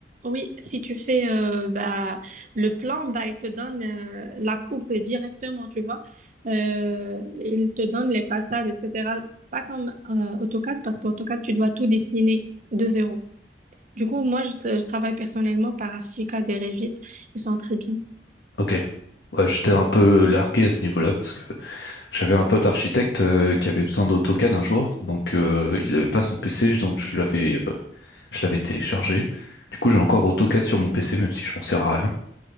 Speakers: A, on the right (about 45°); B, on the left (about 80°).
A: oui, si tu fais euh, bah, le plan, bah, il te donne euh, la coupe directement, tu vois. Euh, il te donne les façades, etc. Pas comme euh, AutoCAD, parce qu'AutoCAD, tu dois tout dessiner de zéro. Du coup, moi, je, tra- je travaille personnellement par Archica des Revit. Ils sont très bien.
B: Ok. Ouais, j'étais un peu largué à ce niveau-là parce que j'avais un pote architecte euh, qui avait besoin d'AutoCAD un jour, donc euh, il n'avait pas son PC, donc je l'avais euh, je l'avais téléchargé. Du coup, j'ai encore AutoCAD sur mon PC, même si je m'en sers à rien.